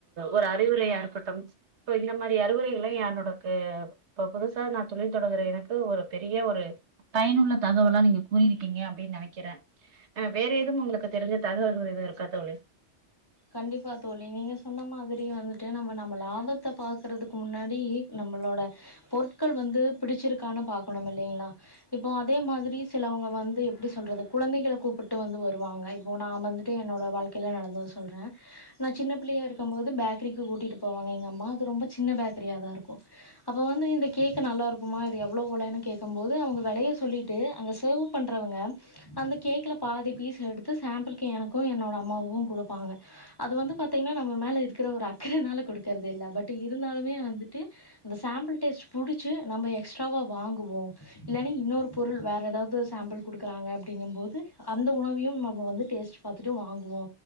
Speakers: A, on the right; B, on the left.
A: ஒரு அறிவுரையாருக் கட்டும் இப்ப இந்த மாரி அறிவுரைகள்லா யா என்னோடக்கு இப்ப புதுசா நா தொழில் தொடங்குற எனக்கு ஒரு பெரிய ஒரு பயனுள்ள தகவலா நீங்க கூறியிருக்கீங்க அப்டின் நெனைக்கிற அ வேற எதும் உங்குளுக்கு தெரிஞ்ச தகவல்கள் எது இருக்கா தோழி
B: கண்டிப்பா தோழி நீங்க சொன்ன மாதிரி வந்துட்டு நம்ம நம்ம லாபத்த பாக்கறதுக்கு முன்னாடி நம்மளோட பொருட்கள் வந்து பிடிச்சிருக்கானு பாக்கணுமில்லிங்களா இப்போ அதே மாதிரி சிலவங்க வந்து எப்டி சொல்றது குழந்தைகள கூப்புட்டு வந்து வருவாங்க இப்போ நா வந்துட் ட்டு என்னோட வாழ்க்கைல நடந்தத சொல்ற நா சின்ன பிள்ளையா இருக்கும் போது பேக்கரிக்கு கூட்டிட்டு போவாங்க எங்கம்மா அது ரொம்ப சின்ன பேக்கரியாதாருக்கு அப்போ வந்து இந்த கேக்கு நல்லாருக்குமா இது எவ்ளோ வெலன் கேக்கம் போது அவுங்க வெலய சொல்லிட் ட்டு அங்க சேவ் பண்றவங்க அந்த கேக்குல பாதி பீஸ எடுத்து சாம்பிள்க்கு எனக்கு என்னோட அம்மாவுக்கு குடுப்பாங்க அது வந்து பாத்தீங்ன்னா நம்ம மேல இருக்கிற ஒரு அக்கறனால குடுக்கறதில்ல பட் இருந்தாலுமே வந்துட்டு இந்த சாம்பிள் டேஸ்ட் புடிச்சு நம்ம எக்ஸ்ட்ராவா வாங்குவோ இல்லைனா இன்னொரு பொருள் வேற எதாவ்து சாம்பிள் குடுக்குறாங்க அப்டிங்கம்போது அந்த உணவையு நம்ம வந்து டேஸ்ட் பாத்துட்டு வாங்குவோ